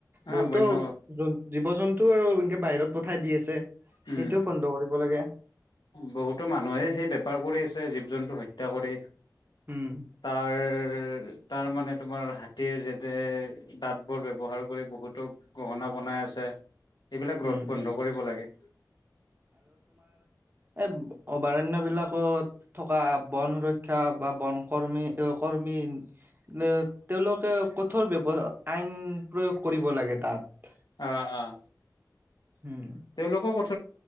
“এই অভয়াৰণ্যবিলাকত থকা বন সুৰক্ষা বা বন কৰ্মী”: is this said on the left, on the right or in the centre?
Right